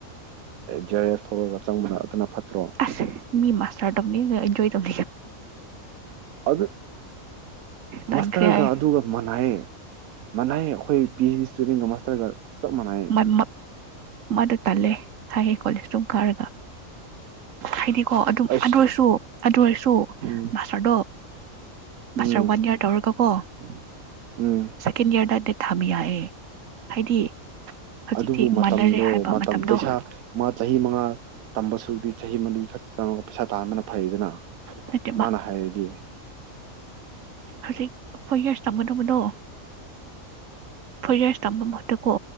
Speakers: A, on the right; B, on the right.
A: ꯖꯔ ꯑꯦꯐ ꯊꯣꯛꯂꯒ ꯆꯪꯕꯅ ꯑꯗꯨꯅ ꯐꯠꯇ꯭ꯔꯣ
B: ꯑꯁ ꯃꯤ ꯃꯥꯁꯔ ꯇꯧꯅꯤ ꯑꯦꯟꯖ ꯇꯧ
A: ꯑꯗꯨ
B: ꯇꯟꯈ꯭ꯔꯦ
A: ꯃꯁꯇꯔꯒ
B: ꯍꯥꯏ
A: ꯑꯗꯨꯒ ꯃꯥꯟꯅꯌꯦ ꯃꯅꯥꯏ ꯑꯩꯈꯣꯏ ꯄꯤ ꯑꯩꯆ ꯗꯤ ꯏꯁꯇꯨꯗꯦꯟꯒ ꯃꯥꯁꯇꯔꯒ ꯆꯞ ꯃꯥꯟꯅꯩꯌꯦ
B: ꯃꯥꯟ ꯃꯥꯗ ꯇꯜꯂꯦ ꯍꯥꯏꯌꯦꯦ ꯀꯣꯂꯦꯖꯇꯝ ꯀꯥꯔꯒ ꯍꯥꯏꯗꯤꯀꯣ ꯑꯗꯨꯝ
A: ꯑꯩꯁ
B: ꯑꯗꯨ ꯑꯣꯏꯔꯁꯨ ꯑꯗꯨ ꯑꯣꯏꯔꯁꯨ
A: ꯎꯝ
B: ꯃꯥꯁꯇꯔꯗꯣ
A: ꯎꯝ
B: ꯃꯥꯁꯔ ꯋꯥꯟ ꯏꯌꯥꯔ ꯇꯧꯔꯒ ꯀꯣ ꯎꯝ
A: ꯎꯝ
B: ꯁ ꯀꯦꯟ ꯏꯌꯔꯗ ꯊꯝ ꯌꯥꯑꯦ ꯍꯥꯏꯗꯤ ꯍꯧꯖꯤꯛꯇꯤ
A: ꯑꯗꯨꯕꯨ ꯃꯇꯝꯗꯣ
B: ꯃꯥꯟꯅꯔꯦ ꯍꯥꯏꯕ
A: ꯃꯇꯝ
B: ꯃꯇꯝꯗꯣ
A: ꯄꯩꯁꯥ ꯃꯥ ꯆꯍꯤ ꯃꯉꯥ ꯇꯝꯕꯁꯨꯗꯤ ꯆꯍꯤ ꯃꯔꯤ ꯈꯛꯇ ꯆꯪꯉ ꯄꯩꯁꯥ꯫ ꯇꯥꯟꯗꯅ ꯐꯩꯗꯅ
B: ꯅꯠꯇꯦꯕ
A: ꯃꯥꯅ ꯍꯥꯏꯔꯗꯤ
B: ꯍꯧꯖꯤꯛ ꯐꯣꯔ ꯌꯔꯁ ꯇꯝꯒꯗꯧꯕꯅꯣ ꯐꯣꯔ ꯌꯔꯁ ꯇꯝꯕ ꯃꯍꯨꯠꯇ ꯀꯣ